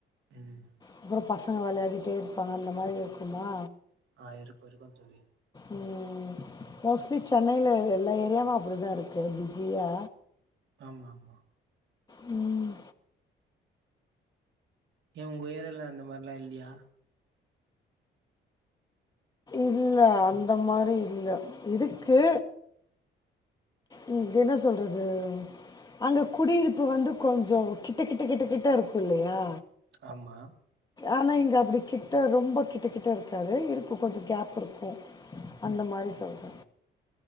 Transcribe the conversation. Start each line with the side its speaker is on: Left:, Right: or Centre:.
Right: ம்
Left: அப்புற பசங்க வெளையாடிட்டே இருப்பாங்க அந்த மாரி இருக்குமா
Right: ஆ இருக்கு இருக்கு தோழி
Left: ம் மோஸ்ட்லி சென்னைல எல்லா ஏரியாவு அப்டிதா இருக்கு பிஸியா
Right: ஆமா ஆமா
Left: ம்
Right: ஏ உங்க ஏரியால அந்த மாரிலா இல்லையா
Left: இல்ல அந்த மாரி இல்ல இருக்கு ம் இது என்ன சொல்றது அங்க குடியிருப்பு வந்து கொஞ்சொ கிட்ட கிட்ட கிட்ட கிட்ட இருக்கு இல்லையா
Right: ஆமா
Left: ஆனா இங்க அப்டி கிட்ட ரொம்ப கிட்டக்கிட்ட இருக்காது இருக்கு கொஞ்சொ கேப் இருக்கு அந்த மாரி சொல்ற